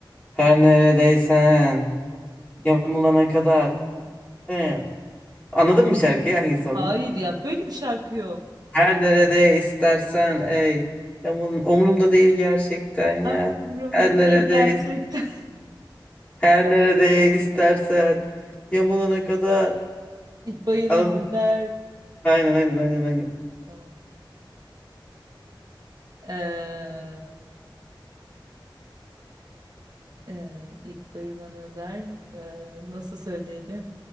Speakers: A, on the left; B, on the right.
A: her neredeysen yamulana kadar. He. Anladın mı şarkıyı hangisi olduğunu?
B: Hayır ya böyle bir şarkı yok.
A: Her nerede istersen ey yamulun umurumda değil gerçekten ya.
B: Ha, umurumda
A: Her nerede
B: değil gerçekten.
A: her nerede istersen yamulana
B: <laughs>
A: kadar.
B: İlk bayılan
A: Anladın
B: öder.
A: Aynen aynen aynen aynen.
B: Tamam. Ee, e, ilk bayılan öder. Ee, nasıl söyleyelim?